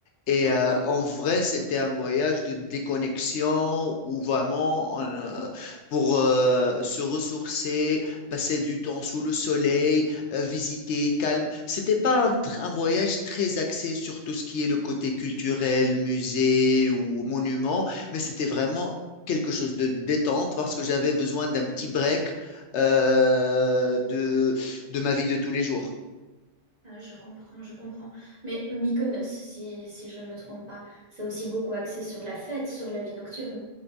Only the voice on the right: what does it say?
D'accord.
Ah, je comprends, je comprends. Mais Mykonos, si, si je ne me trompe pas, c'est aussi beaucoup axé sur la fête, sur la vie nocturne.